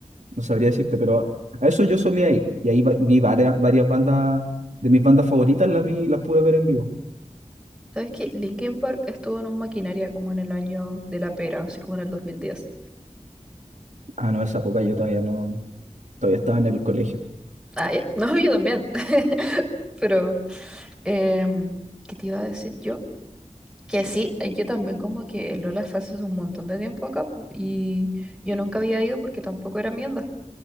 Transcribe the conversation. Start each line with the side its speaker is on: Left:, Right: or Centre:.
Right: no sabría decirte, pero a eso yo solía ir. Y ahí va- vi varias, varias bandas, de mis bandas favoritas las vi, las pude ver en vivo.
Centre: ¿Sabes qué? Linkin Park estuvo en un maquinaria como en el año de la pera, así como en el 2010.
Right: Ah, no, esa época yo todavía no, todavía estaba en el colegio.
Centre: Ah, ya. No, yo también. <laughs> Pero, em, ¿qué te iba a decir yo? Que sí, yo también como que el Lola se hace un montón de tiempo acá po, y yo nunca había ido porque tampoco era mi onda.